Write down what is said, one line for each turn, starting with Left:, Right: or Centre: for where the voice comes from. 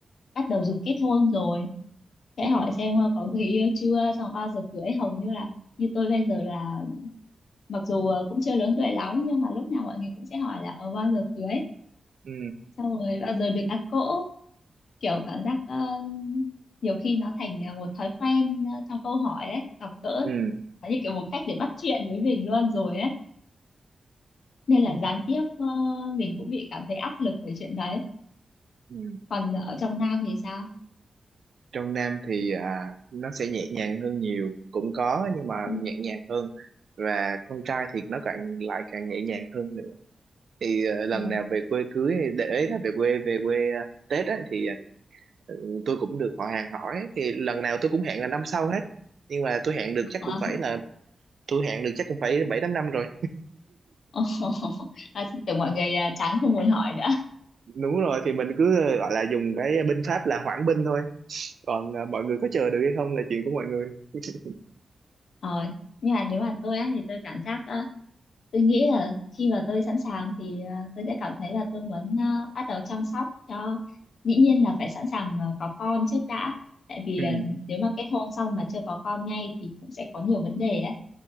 Left: bắt đầu giục kết hôn rồi sẽ
Right: Ừ.
Left: hỏi xem ờ, có người yêu chưa xong bao giờ cưới hầu như là như tôi bây giờ là mặc dù ờ, cũng chưa lớn tuổi lắm nhưng mà lúc nào mọi người cũng sẽ hỏi là ở bao giờ cưới
Right: Ừ.
Left: xong rồi bao giờ được ăn cỗ kiểu cảm giác ờ, nhiều khi nó thành ờ, một thói quen ờ, trong câu hỏi ấy gặp gỡ
Right: Ừ.
Left: nó như kiểu một cách để bắt chuyện với mình luôn rồi ấy nên
Right: Ừ.
Left: là gián tiếp ờ, mình cũng bị cảm thấy áp lực về chuyện đấy
Right: Ừ.
Left: còn ở trong Nam thì sao
Right: trong Nam thì à, nó sẽ nhẹ nhàng hơn nhiều cũng có nhưng mà
Left: Ừ.
Right: nhẹ nhàng hơn và con trai thì nó càng lại càng nhẹ nhàng hơn nữa thì à, lần
Left: Ồ.
Right: nào về quê cưới hay để ý là về quê về quê à, Tết á, thì à, tôi cũng được họ hàng hỏi thì lần nào tôi cũng hẹn là năm sau hết nhưng mà tôi hẹn được chắc
Left: Ờ,
Right: cũng phải là tôi hẹn được chắc cũng phải bảy tám năm rồi
Left: Ồ. <laughs> À, tưởng mọi người à, chán không muốn hỏi nữa
Right: đúng rồi thì mình cứ à, gọi là dùng cái binh pháp là hoãn binh thôi còn à, mọi người có chờ được hay không là chuyện của mọi người <laughs>
Left: ờ, nhưng mà nếu mà tôi á, thì tôi cảm giác ờ, tôi nghĩ là khi mà tôi sẵn sàng thì ờ, tôi sẽ cảm thấy là tôi muốn ờ, bắt đầu chăm sóc cho dĩ nhiên là phải sẵn sàng ờ, có con trước đã tại vì
Right: ừ
Left: ờ, nếu mà kết hôn xong mà chưa có con ngay thì cũng sẽ có nhiều vấn đề đấy